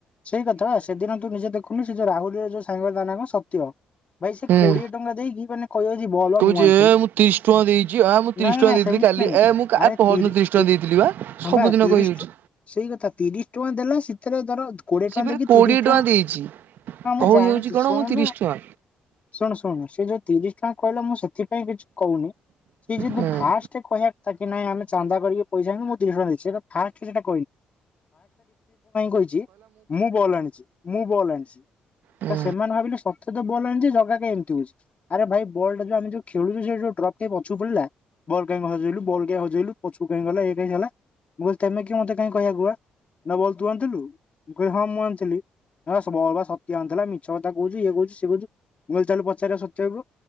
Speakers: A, on the left; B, on the right.
A: ସେଇ କଥା ବା ସେଦିନ ତୁ ନିଜେ ଦେଖୁନୁ ସେ ଯଉ ରାହୁଲରେ ଯୋଉ ସାଙ୍ଗ ତା ନା କଣ ସତ୍ୟ ଭାଇ ସେ
B: ହୁଁ।
A: କୋଡିଏ ଟଙ୍କା ଦେଇକି ମାନେ କହିବଜେ ବଲ
B: କହୁଛି
A: ମୁଁ ଆଣିଥିଲି
B: ଏ ତିରିଶ ଟଙ୍କା ଦେଇଛି ଆ ମୁଁ ତିରିଶ
A: ନାଇ
B: ଟଙ୍କା
A: ନାଇଁ
B: ଦେଇଥିଲି
A: ସେ ନଁ
B: କାଲି ଏ ମୁଁ
A: ଆରେଶ
B: ପହରଦିନ ତିରିଶ ଟଙ୍କା ଦେଇଥିଲି ବା। ସବୁଦିନ
A: ତିରିଶ
B: କହିହଉଛି
A: ସେଇ କଥା ତିରିଶ ଟଙ୍କା ଦେଲା ସେଥିରେ ଧର କୋଡି ଏ
B: ସେ
A: ଟଙ୍କା
B: ଫେରେ
A: ଦେଖି
B: କୋଡିଏ
A: ତିରିଶ ଟଙ୍କା
B: ଦେଇଛି।
A: ହଁ ମୁଁ
B: କହିହଉଛି
A: ଜାଣିଛି
B: କଣ
A: ଶୁଣିନୁ
B: ମୁଁ ତିରିଶ ଟଙ୍କା
A: ଶୁଣ ଶୁଣ ସେ ଯୋଉ ତିରିଶ ଟଙ୍କା କହିଲା ମୁଁ ସେଥିପାଇଁ କିଛି କହୁନି। ସେ <unintelligible>
B: ହୁଁ
A: ଫାଷ୍ଟ କହିବା କଥା କି ନାଇ ଆମେ ଚାନ୍ଦା କରିକି ପଇସା ଆଣିବୁ। ଶୁଣ ଭାଇ ସେଟା ଫାଷ୍ଟ କହିଛି। <unintelligible> ମୁଁ ବଲ୍ ଆଣିଛି, ମୁଁ ବଲ୍ ଆଣିଛି
B: ହୁଁ।
A: ତ ସେମାନେ ଭାବିଲେ ସ ସେ ତ ବଲ ଆଣିଚି, ଜଗା କାଇଁ ଏମିତି ହଉଛି। ଆରେ ଭାଇ ବଲ୍ ଟା ଯଉ ଆମ ଯଉ ଖେଳୁ ସେ ଯଉଡ୍ରପ୍ ପଛ ପଡିଲା ବଲ କାଇ ହଜେଇଲୁଲ କ ହଜେଇଲୁ ପଛକୁ କାଇହିଁ ଗଲା ଏ କାହିଁ ହେଲା, ମୁଁ କହିଲି ତମେ କିଏ ମତେ କାହିଁ କହିବାକୁ କୁ ବଲ ତୁ ଆଣିଥିଲୁ? ଗୁହମ୍ ମୁଁ ଆଣିଥିଲି। ଆ ସବୁ ଅବା ସତ୍ୟା ଆଣିଥିଲା ମିଛ କଥା କଉଚି ଇଏ କଉଚି ସିଏ କଉଚି ମୁଁ କଇଲି ଚାଲ ପଚାରିବା ସତ୍ୟ କୁ।